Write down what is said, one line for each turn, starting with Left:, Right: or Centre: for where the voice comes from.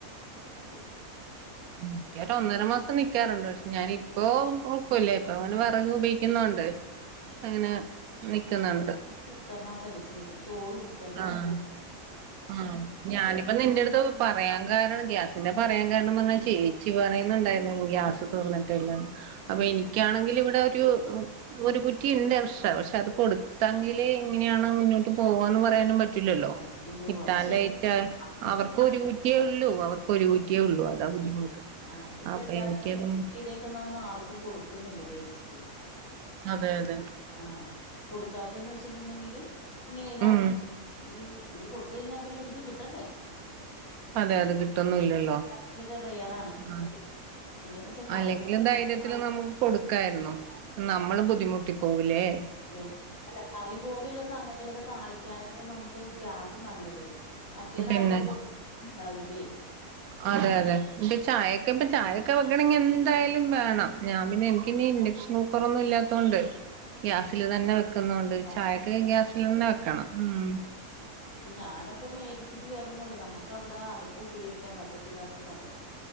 Left: എ ഗ്യാസ്
Right: ഉം ക്കൊരു ഒന്നര മാസം നിക്കാറുണ്ട് പക്ഷേ ഞാനിപ്പോ കൊഴ്പ്പല്ല ഇപ്പൊ അങ്ങനെ വിറക് ഉപയോഗിക്കുന്നുണ്ട് അങ്ങനെ നിക്കുന്നുണ്ട്
Left: കുക്കറിനാത്തല്ലേ ചെയ്യുന്ന ചോറ് കുക്കറിനാത്ത്
Right: ആഹ് ആഹ് ഞാനും അപ്പൊ നിന്റടുത്ത്
Left: എടുക്കാലോ
Right: പറയാൻ കാരണം ഗ്യാസിന്റെ പറയാൻ കാരണംന്ന് പറഞ്ഞാൽ ചേച്ചി പറയുന്നുണ്ടായിരുന്നു ഗ്യാസ് തീർന്ന് ട്ടല്ലാന്ന് അപ്പൊ എനിക്കാണെങ്കില് ഇവിടെ ഒരു ഒരു കുറ്റി ഇണ്ട് പക്ഷ പക്ഷേ അത് കൊടുത്തങ്കിലെ ഇങ്ങനെയാണ് മുന്നോട്ട് പോകുവാനും പറയാനും പറ്റൂല്ലല്ലോ
Left: അയ്യോ
Right: കിട്ടാലേറ്റാ
Left: അത് ശരി ഇപ്പൊ
Right: അവർക്ക്
Left: കിട്ടാൻ
Right: ഒരു കുറ്റിയെ ഉള്ളൂ അവർക്ക് ഒരു കുറ്റിയെ ഒള്ളൂ അതാ ബുദ്ധിമുട്ട്
Left: ആഹ് ഇപ്പൊ
Right: അപ്പൊ
Left: എല്ലാവരും
Right: എനിക്കതും
Left: ബുക്ക്‌ ചെയ്തേക്കുന്ന ഒന്നു ആർക്കും കൊടുക്കുന്നില്ല പേടിച്ചിട്ട്
Right: അതെ അതെ
Left: ആഹ് കൊടുക്കാത്തെന്ന് വെച്ചിട്ട്ണ്ടെങ്കില് ഇങ്ങനെ ഇതാ
Right: ഉം
Left: ഈ സ് ഇത് കൊട്ത്തഴിഞ്ഞാ പിന്നെ ഇവര്ക്ക് കിട്ടണ്ടേ
Right: അതെ അത് കിട്ടുന്നുല്ലല്ലോ.
Left: കിട്ടാൻ ഭയങ്കര റെയറാണ് കിട്ടത്തി
Right: ആഹ്
Left: പിന്നെന്ന് വെച്ചാ കറി
Right: അല്ലെങ്കിലും ധൈര്യത്തില്
Left: താളിക്കാൻ
Right: നമക്ക് കൊട്ക്ക ക്കായ്ര്ന്നു നമ്മളും ബുദ്ധിമുട്ടി പോവൂലേ
Left: അതെ അല്ല കറി പോലെള്ള സംഗതികളൊക്കെ താളിക്ക്യാനൊക്കെ നമക്ക് ഗ്യാസ നല്ലത് മറ്റേതാവുമ്പോ
Right: പിന്നെ
Left: പൊ <unintelligible> ണ്ടാവില്ലേ
Right: അതെ യാതെ ഇൻക്ക് ചായക്കെപ്പൊ ചായൊക്കെ വെക്കണങ്കി എന്തായാലും വേണം ഞാം പിന്നെ ഇൻക്കിനി
Left: ആഹ്
Right: ഇൻഡക്ഷൻ കുക്കറൊന്നുല്ലാത്തൊണ്ട് ഗ്യാസില് തന്നെ വെക്കുന്നോണ്ട്
Left: ആഹ്
Right: ചായ ക്ക് ഗ്യാസിലെന്നെ വെക്കണം ഉം
Left: ഇപ്പൊ ഞാനപ്പ മേടിച്ചത് വേറൊന്ന്വല്ല നമക്കവടെ അട്പ്പുപയോഗിക്കാൻ പറ്റത്തില്ലാത്ത സ്ഥലവാ.